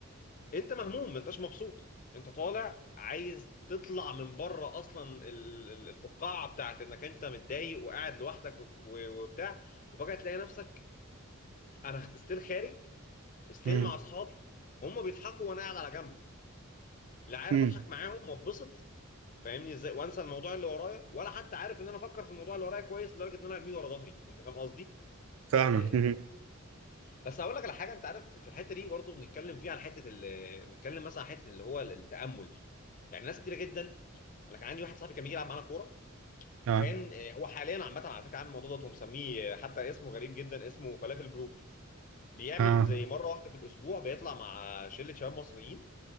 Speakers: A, on the left; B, on the right.
A: انت مهموم ما انتش مبسوط انت طالع عايز تطلع من بره اصلا ال- ال- الفقاعه بتاعت انك انت متضايق وقاعد لوحدك و- و- وبتاع وفجاه تلاقي نفسك انا ستيل خارج ستيل
B: مم.
A: مع اصحابي هم بيضحكوا وانا قاعد على جنب لا عارف
B: مم.
A: اضحك معاهم واتبسط فاهمني ازاي وانسى الموضوع اللي ورايا ولا حتى عارف ان انا افكر في الموضوع اللي ورايا كويس لدرجه ان انا ارميه ورا ظهري انت فاهم قصدي
B: فاهمك
A: آه،
B: مم.
A: بس هقول لك على حاجه انت عارف في الحته دي برضو بنتكلم فيها على حته ال- بنتكلم مثلا على حته اللي هو التامل يعني ناس كتيره جدا انا كان عندي واحد صاحبي كان بيجي يلعب معانا كوره
B: اه
A: كان آه، هو حاليا عامه على فكره عامل الموضوع ده ومسميه آه، حتى اسمه غريب جدا اسمه فلافل جروب بيعمل
B: اه
A: زي مره واحده في الاسبوع بيطلع مع شله شباب مصريين